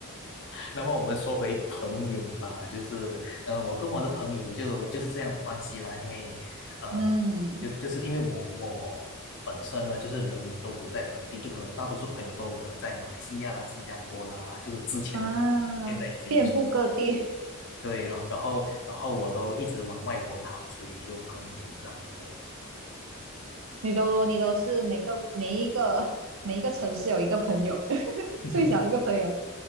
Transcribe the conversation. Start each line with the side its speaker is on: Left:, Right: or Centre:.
Left: 那么我们说回朋友吧，就是呃，我跟我的朋友就就是这样的关系啦，因为呃，
Right: 嗯
Left: 就就是因为我我本身呢，就是人都不在本地，就可能我大多数朋友都可能在马来西亚啦、新加坡啦，就是之前的朋友，
Right: 啊，
Left: 现在已经。
Right: 遍布各地，
Left: 对，了，然后然后我都一直往外国跑，所以就朋友也没那么多，
Right: 你都你都是每个每一个每一个城市有一个朋友，<laughs>
Left: <laughs>
Right: 最少一个朋友，